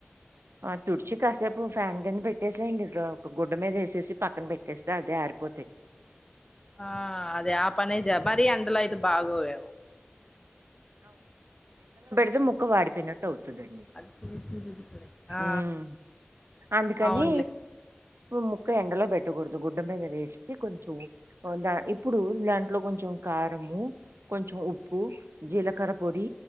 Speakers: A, on the right; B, on the left.
A: ఆ తుడిచి కాసేపు ఫ్యాన్ కింద పెట్టేసేయండి రో ఇ ఒక గుడ్డ మీద వేసేసి పక్కన పెట్ట తెస్తే అదే ఆరిపోతాయి
B: ఆ అదే ఆ పనే జ మరి అందులో అయితే బాగోవేము
A: అది ముక్కు వాడిపోనయిట్టువుంది.
B: అది సూర్యుడి కడే ఆ
A: ఉమ్ అందుకని
B: అవునులే
A: ఊకె ఎండలో పెట్టకూడదు గుడ్డ మీద వేసి కొంచెం ద ఇప్పుడు దాంట్లో కొంచెం కారము కొంచెం ఉ ప్పు జీలకర పొడి,